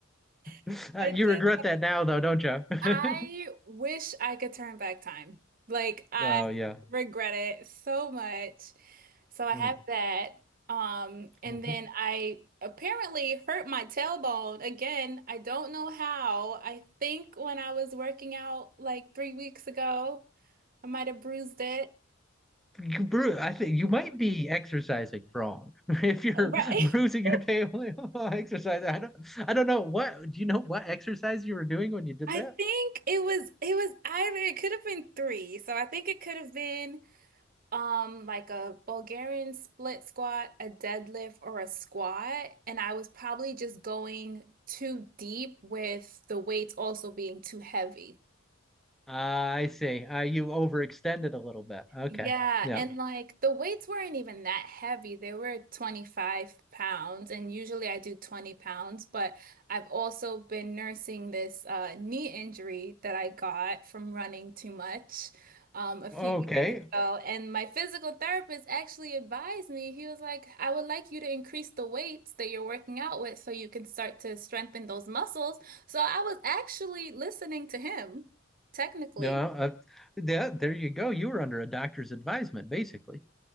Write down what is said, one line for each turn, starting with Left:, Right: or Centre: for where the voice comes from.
Right: <laughs>
Centre: <laughs> Uh,
Right: I
Centre: you
Right: did
Centre: regret that now, though, don't you? <laughs>
Right: I wish I could turn back time. Like I
Centre: Oh, yeah.
Right: regret it so much. So I
Centre: Mm.
Right: have that. Um, and
Centre: Uh,
Right: then I apparently hurt my tailbone again. I don't know how. I think when I was working out like three weeks ago, I might have bruised it.
Centre: you bru I think you might be exercising wrong <laughs> if you're
Right: Right.
Centre: bruising
Right: <laughs>
Centre: your table. <laughs> Exercise. I don't. I don't know what. Do you know what exercise you were doing when you did
Right: I
Centre: that?
Right: think it was it was either it could have been three. So I think it could have been Um, like a Bulgarian split squat, a deadlift, or a squat. And I was probably just going too deep with the weights also being too heavy.
Centre: Ah, I see. Uh, you overextended a little bit. Okay.
Right: Yeah,
Centre: Yeah.
Right: and like the weights weren't even that heavy. They were 25 pounds, and usually I do 20 pounds, but I've also been nursing this uh, knee injury that I got from running too much um, a few
Centre: Okay.
Right: years ago. And my physical therapist actually advised me, he was like, I would like you to increase the weights that you're working out with so you can start to strengthen those muscles. So I was actually listening to him, technically.
Centre: No. Uh, yeah. There you go. You were under a doctor's advisement, basically.